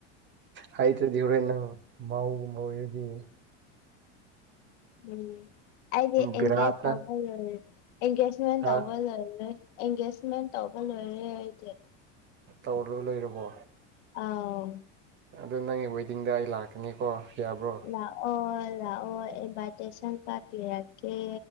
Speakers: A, on the right; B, on the left.
A: ꯍꯥꯏꯇ꯭ꯔꯗꯤ ꯍꯣꯔꯦꯟ ꯅꯪ ꯃꯥꯒꯨꯝꯕ ꯑꯣꯏꯔꯗꯤ
B: ꯎꯝ ꯑꯩꯗꯤ ꯑꯦꯡꯒꯦꯖ
A: ꯕꯦꯔꯥꯇ
B: ꯇꯧꯕ ꯂꯣꯏꯔꯦ ꯑꯦꯡꯒꯦꯖꯃꯦꯟ
A: ꯍꯥ
B: ꯇꯧꯕ ꯂꯣꯏꯔꯦ ꯑꯦꯡꯒꯦꯖꯃꯦꯟ ꯇꯧꯕ ꯂꯣꯏꯔꯦ ꯑꯩꯗꯤ꯫
A: ꯇꯧꯔꯥ ꯂꯩꯔꯕꯣ꯫
B: ꯑꯥꯎ꯫
A: ꯑꯗꯣ ꯅꯪꯒꯤ ꯋꯦꯗꯤꯡꯗ ꯑꯩ ꯂꯥꯛꯀꯅꯤꯀꯣ ꯌꯥꯕ꯭ꯔꯣ꯫
B: ꯂꯥꯛꯑꯣ ꯂꯥꯛꯑꯣ ꯏꯕꯥꯏꯇꯦꯁꯪ ꯀꯥꯛ ꯄꯤꯔꯛꯀꯦ